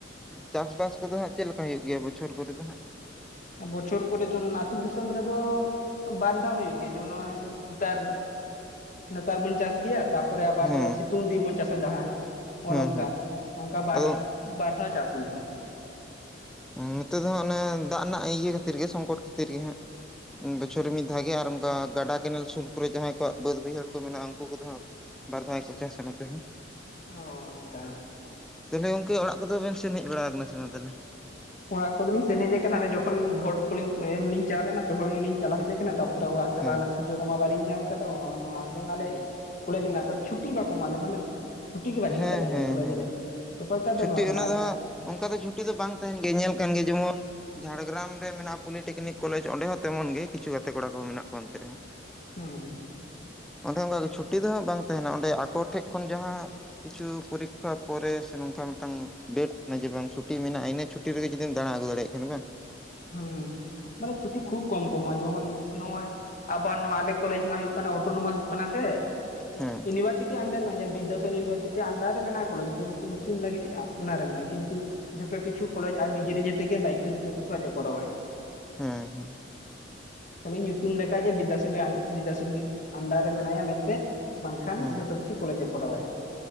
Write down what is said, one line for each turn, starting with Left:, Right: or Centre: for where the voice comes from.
Centre: ᱪᱟᱥᱵᱟᱥ ᱠᱚᱫᱚ ᱦᱟᱸᱜ ᱪᱮᱫ ᱞᱮᱠᱟ ᱦᱩᱭᱩᱜ ᱜᱮᱭᱟ ᱵᱚᱪᱷᱚᱨ ᱠᱚᱨ ᱫᱚ ᱦᱟᱸᱜ?
Left: ᱵᱚᱪᱷᱚᱨ ᱠᱚᱨᱮ ᱡᱮᱢᱚᱱ ᱟᱹᱛᱩ ᱫᱤᱥᱚᱢ ᱨᱮᱫᱚ ᱵᱟᱨ ᱫᱷᱟᱣ ᱦᱩᱭᱩᱜ ᱜᱮᱭᱟ ᱡᱮᱢᱚᱱ ᱱᱚᱜᱼᱚᱭ ᱱᱮᱛᱟᱨ ᱱᱮᱛᱟᱨ ᱢᱟᱧ ᱪᱟᱥ ᱜᱮᱭᱟ ᱛᱟᱨᱯᱚᱨᱮ ᱟᱵᱟᱨ
Centre: ᱦᱮᱸ
Left: ᱚᱱᱮ ᱥᱤᱛᱩᱝ ᱫᱤᱱ ᱵᱚᱱ ᱪᱟᱥᱟ ᱡᱟᱦᱟᱸᱭ
Centre: ᱦᱮᱸ
Left: ᱚᱱᱚᱝᱠᱟ
Centre: ᱦᱮᱸ
Left: ᱱᱚᱝᱠᱟ ᱵᱟᱨ
Centre: ᱟᱫᱚ
Left: ᱵᱟᱨ ᱫᱷᱟᱣ ᱪᱟᱥ ᱦᱩᱭᱩᱜᱼᱟ
Centre: ᱱᱚᱛᱮ ᱫᱚ ᱦᱟᱸᱜ ᱚᱱᱮ ᱫᱟᱜ ᱨᱮᱱᱟᱜ ᱤᱭᱟᱹ ᱠᱷᱟᱹᱛᱤᱨ ᱜᱮ ᱥᱚᱝᱠᱚᱴ ᱠᱷᱟᱹᱛᱤᱨ ᱜᱮ ᱦᱟᱸᱜ ᱵᱚᱪᱷᱚᱨ ᱢᱤᱫ ᱫᱷᱟᱣ ᱜᱮ ᱟᱨ ᱚᱱᱠᱟ ᱜᱟᱰᱟ ᱠᱮᱱᱮᱞ ᱥᱩᱨ ᱠᱚᱨᱮ ᱡᱟᱦᱟᱸᱭ ᱠᱚᱣᱟᱜ ᱵᱟᱹᱫ ᱵᱟᱹᱭᱦᱟᱹᱲ ᱠᱚ ᱢᱮᱱᱟᱜᱼᱟ ᱩᱱᱠᱩ ᱠᱚᱫᱚ ᱦᱟᱸᱜ ᱵᱟᱨ ᱫᱷᱟᱣᱟ ᱠᱚ ᱪᱟᱥᱟ ᱱᱚᱛᱮ ᱦᱚᱸ
Left: ᱚ ᱚᱱᱠᱟ
Centre: ᱛᱟᱞᱦᱮ ᱜᱚᱝᱠᱮ ᱚᱲᱟᱜ ᱠᱚᱫᱚ ᱵᱮᱱ ᱥᱮᱱ ᱦᱮᱡ ᱵᱟᱲᱟ ᱟᱠᱟᱱᱟ ᱥᱮ ᱵᱟᱝ ᱛᱟᱞᱦᱮ
Left: ᱚᱲᱟᱜ ᱠᱚᱫᱚᱞᱤᱧ ᱥᱮᱱ ᱦᱮᱡ ᱟᱠᱟᱱᱟ ᱡᱚᱠᱷᱚᱱ ᱵᱷᱳᱴ ᱠᱚᱞᱤᱧ ᱮᱢ ᱞᱤᱧ ᱪᱟᱣ ᱞᱮᱱᱟ ᱛᱚᱠᱷᱚᱱ ᱞᱤᱧ ᱪᱟᱞᱟᱣ ᱦᱮᱡ ᱟᱠᱟᱱᱟ ᱛᱟᱨᱯᱚᱨ ᱠᱚᱨᱮ ᱚᱲᱟᱜ ᱪᱟᱞᱟᱣ
Centre: ᱦᱮᱸ
Left: ᱨᱮᱱᱟᱜ ᱥᱩᱡᱳᱜ ᱢᱟ ᱵᱟᱹᱞᱤᱧ ᱧᱟᱢ ᱟᱠ ᱫᱚ ᱱᱚᱶᱟ ᱡᱮᱢᱚᱱ ᱟᱞᱮ ᱠᱚᱞᱮᱡᱽ ᱢᱮᱱᱟᱜᱼᱟ ᱛᱮ ᱪᱷᱩᱴᱤ ᱵᱟᱠᱚ ᱮᱢᱟᱞᱮ ᱢᱟᱱᱮᱼᱼ ᱪᱷᱩᱴᱤ ᱜᱮ ᱵᱟᱹᱪᱩᱜ
Centre: ᱦᱮᱸ
Left: ᱛᱟᱞᱮᱭᱟ
Centre: ᱦᱮᱸ
Left: ᱟᱞᱮ ᱠᱚᱞᱮᱡᱽ
Centre: ᱦᱮᱸ
Left: ᱨᱮ ᱵᱮᱯᱟᱨ ᱴᱟᱜ ᱫᱚ
Centre: ᱪᱷᱩᱴᱤ
Left: ᱱᱚᱶᱟ ᱠᱟᱱᱟ
Centre: ᱚᱱᱟ ᱫᱚ ᱚᱱᱠᱟ ᱫᱚ ᱪᱷᱩᱴᱤ ᱫᱚ ᱵᱟᱝ ᱛᱟᱦᱮᱱ ᱜᱮᱭᱟ ᱧᱮᱞ ᱠᱟᱱ ᱜᱮᱭᱟ ᱡᱮᱢᱚᱱ ᱡᱷᱟᱲᱜᱽᱨᱟᱢ ᱨᱮ ᱢᱮᱱᱟᱜ ᱯᱚᱞᱤᱴᱮᱠᱱᱤᱠ ᱠᱚᱞᱮᱡᱽ ᱚᱸᱰᱮ ᱦᱚᱸ ᱛᱮᱢᱚᱱ ᱜᱮ ᱠᱤᱪᱷᱩ ᱜᱟᱛᱮ ᱠᱚᱲᱟ ᱠᱚ ᱢᱮᱱᱟᱜ ᱠᱚᱣᱟ ᱛᱮ ᱨᱮᱦᱚᱸ
Left: ᱦᱟᱺ
Centre: ᱚᱱᱰᱮ ᱚᱱᱠᱮ ᱪᱷᱩᱴᱤ ᱫᱚ ᱦᱟᱸᱜ ᱵᱟᱝ ᱛᱟᱦᱮᱱᱟ ᱚᱸᱰᱮ ᱟᱠᱚ ᱴᱷᱮᱡ ᱠᱷᱚᱱ ᱡᱟᱦᱟᱸ ᱠᱤᱪᱷᱩ ᱯᱚᱨᱤᱠᱷᱟ ᱯᱚᱨᱮ ᱥᱮ ᱱᱚᱝᱠᱟ ᱢᱤᱫ ᱴᱟᱝ ᱰᱮᱴ ᱡᱮ ᱵᱟᱝ ᱪᱷᱩᱴᱤ ᱢᱮᱱᱟᱜᱼᱟ ᱤᱱᱟᱹ ᱪᱷᱩᱴᱤ ᱴᱤ ᱨᱮ ᱡᱩᱫᱤᱢ ᱫᱟᱲᱟ ᱟᱜᱩ ᱫᱟᱲᱮᱭᱟᱜ ᱠᱷᱟᱱ ᱵᱟᱝ
Left: ᱦᱩᱸ ᱢᱟᱱᱮ ᱪᱷᱩᱴᱤ ᱠᱷᱩᱵ ᱠᱚᱢ ᱠᱚ ᱮᱢᱚᱜᱼᱟ ᱡᱚᱠᱷᱚᱱ ᱱᱚᱜᱼᱚᱭ ᱟᱵᱟᱨ ᱱᱚᱣᱟ ᱟᱞᱮ ᱠᱚᱞᱮᱡᱽ ᱢᱟ ᱦᱩᱭᱩᱜ ᱠᱟᱱᱟ ᱚᱴᱳᱱᱚᱢᱟᱥ ᱠᱟᱱᱟ ᱥᱮ
Centre: ᱦᱮᱸ
Left: ᱤᱭᱩᱱᱤᱵᱷᱟᱨᱥᱤᱴᱤ ᱟᱱᱰᱟᱨ ᱵᱤᱫᱽᱫᱟᱥᱚᱨ ᱤᱭᱩᱱᱤᱵᱷᱟᱨᱥᱤᱴᱤ ᱟᱱᱰᱟᱨ ᱨᱮ ᱢᱮᱱᱟᱜᱼᱟ ᱠᱚᱞᱮᱡᱽ ᱫᱚ ᱧᱩᱛᱩᱢ ᱧᱩᱛᱩᱢ ᱞᱟᱹᱜᱤᱫᱮᱜᱼᱟ ᱚᱱᱟᱨᱮ ᱢᱮᱱᱟᱜᱼᱟ ᱠᱤᱱᱛᱩ ᱡᱷᱚᱛᱚ ᱠᱤᱪᱩ ᱠᱚᱞᱡᱽ ᱟᱨ ᱱᱤᱡᱮ ᱱᱤᱡᱮ ᱛᱮᱜᱮ ᱫᱟᱭᱤᱛᱚ ᱡᱚᱛᱚ ᱠᱤᱪᱩ ᱟᱡ-ᱮ ᱠᱚᱨᱟᱣᱟᱭ
Centre: ᱦᱩᱸ ᱦᱩᱸ
Left: ᱛᱟᱞᱦᱮ ᱧᱩᱛᱩᱢ ᱞᱮᱠᱷᱟ ᱡᱮ ᱵᱤᱫᱫᱟ ᱵᱤᱫᱽᱫᱚ ᱥᱟᱜᱚᱨᱤ ᱵᱤᱫᱽᱫᱟ ᱥᱟᱜᱚᱨᱤᱡ ᱟᱱᱱᱰᱟᱨ ᱨᱮ ᱢᱮᱱᱟᱭᱟ ᱢᱮᱱᱛᱮ ᱵᱟᱝᱠᱷᱟᱱ
Centre: ᱦᱮᱸ
Left: ᱡᱷᱚᱛᱚ ᱠᱤᱪᱩ ᱠᱚᱞᱮᱡᱽ-ᱮ ᱠᱚᱨᱟᱣᱟᱭ